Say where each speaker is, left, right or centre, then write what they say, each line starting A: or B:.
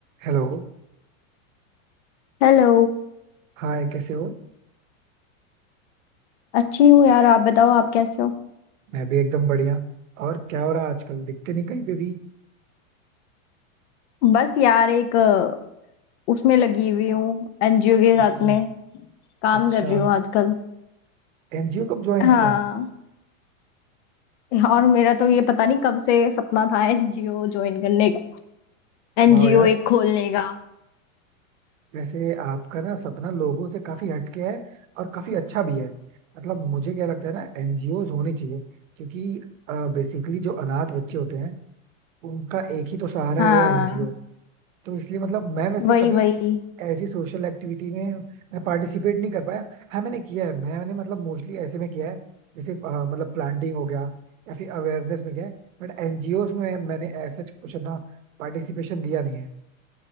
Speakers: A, on the right; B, on the left.
A: Hello
B: Hello
A: Hi कैसे हो
B: अच्छी हूँ यार आप बताओ आप कैसे हो
A: मैं भी एकदम बढ़िया और क्या हो रहा है आजकल दिखते नहीं कहीं पे भी
B: बस यार एक अ, उसमें लगी हुई हूँ एनजीओ के साथ
A: इसमें
B: में काम
A: अच्छा
B: कर रही हूँ आजकल
A: एनजीओ कब ज्वाइन
B: हाँ
A: किया
B: और मेरा तो ये पता नहीं कब से सपना था एनजीओ ज्वाइन करने का एनजीओ
A: वाह यार
B: एक खोलने का
A: वैसे आपका ना सपना लोगों से काफी हटके है और काफी अच्छा भी है मतलब मुझे क्या लगता है ना एनजीओ होने चाहिए क्योंकि बेसिकली जो अनाथ बच्चे होते हैं उनका एक ही तो सहारा
B: हाँ
A: है वो है एनजीओ तो इसलिए मतलब मैं वैसे
B: वही
A: कभी
B: वही
A: ऐसी सोशल एक्टिविटी में मैं पार्टिसिपेट नहीं कर पाया हाँ मैंने किया है मैंने मतलब मोस्टली ऐसे में किया है जैसे अ, मतलब प्लांटिंग हो गया या फिर अवेयरनेस में गया बट एनजीओ में मैंने ऐसा कुछ अपना पार्टिसिपेशन दिया नहीं है